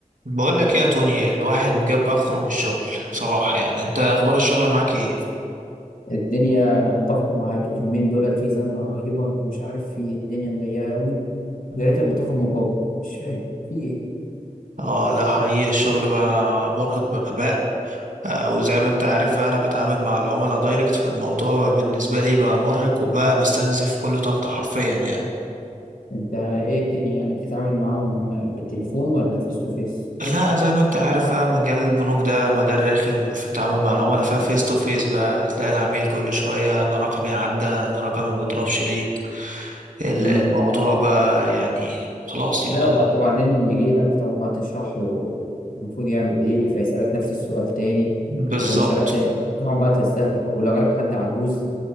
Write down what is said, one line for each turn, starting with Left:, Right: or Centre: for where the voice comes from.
Right: بقول لك ايه يا توني الواحد جاب اخره من الشغل بصراحة يعني انت اخبار الشغل معاك ايه
Left: الدنيا انا اتفق معاك اليومين دولت في زنقه رهيبه مش عارف في إيه، الدنيا مضيقه قوي
Right: مم.
Left: يا ريتك بتاخد مقابل مش فاهم في ايه
Right: اه لا حقيقي الشغل بقى مرهق بغباء آه وزي ما انت عارف بقى انا بتعامل مع العملاء دايركت فالموضوع بالنسبة لي بقى مرهق وبقى بستنزف كل طاقتي حرفيا يعني
Left: انت ايه الدنيا يعني بتتعامل معاهم بالتليفون ولا فيس تو فيس
Right: لا زي ما انت عارف بقى مجال البنوك ده مجال رخم في التعامل
Left: اه
Right: مع العملاء ففيس تو فيس بقى تلاقي العميل كل شوية انا رقمي عدى انا رقمي مبضربش ليه ال-
Left: امم
Right: الموضوع بقى يعني خلاص
Left: لا
Right: يعني
Left: وب-
Right: انا
Left: وبعدين يجي لك تقعد بقى تشرح له المفروض يعمل ايه فيسألك نفس السؤال تاني
Right: بالظبط
Left: فتقوم شارح تاني تقعد بقى تستهلك ولو جالك حد عجوز